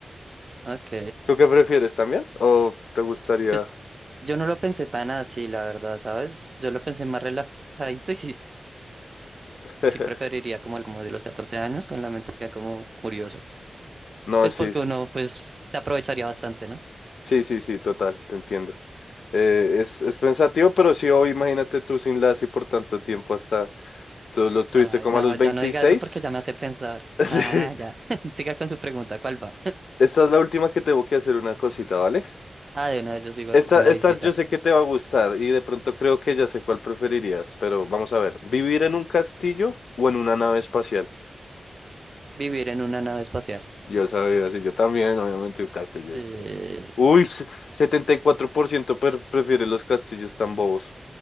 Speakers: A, on the right (about 30°); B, on the left (about 85°).
A: ok.
B: ¿Tú qué prefieres también? ¿O te gustaría?
A: Pues yo no lo pensé tan así, la verdad, ¿sabes? Yo lo pensé más relajadito y sí,
B: <laughs>
A: sí preferiría como, como de los 14 años con la mente ya como curioso.
B: No,
A: Pues
B: sí,
A: porque
B: sí.
A: uno, pues, se aprovecharía bastante, ¿no?
B: Sí, sí, sí, total, te entiendo. Eh, es, es pensativo, pero sí, hoy imagínate tú sin la así por tanto tiempo hasta, tú lo tuviste
A: Ay,
B: como
A: no,
B: a los veintiséis
A: ya no diga eso porque ya me hace pensar.
B: <laughs>
A: Ah,
B: Sí.
A: ya. <laughs> Siga con su pregunta, ¿cuál va?
B: Esta es la última que tengo que hacer una cosita, ¿vale?
A: Ah, de una vez yo sigo
B: Esta,
A: acá con
B: esta
A: la visita.
B: yo sé que te va a gustar y de pronto creo que ya sé cuál preferirías, pero vamos a ver, ¿vivir en un castillo o en una nave espacial?
A: Vivir en una nave espacial.
B: Yo sabía, sí, yo también, obviamente un castillo.
A: Sí.
B: Uy, s- 74% per- prefiere los castillos tan bobos.